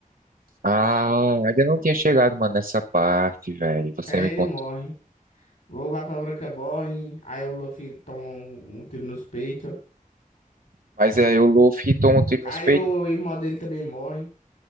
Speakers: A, on the right; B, on the left.
A: Ah, ainda não tinha chegado, mano, nessa parte, velho. Você
B: Aí
A: me
B: ele
A: conta.
B: morre. O Barba Branca morre, aí o Luffy toma um um tiro nos peitos.
A: Mas aí o Luffy toma um tiro
B: Aí
A: nos peitos.
B: o irmão dele também morre.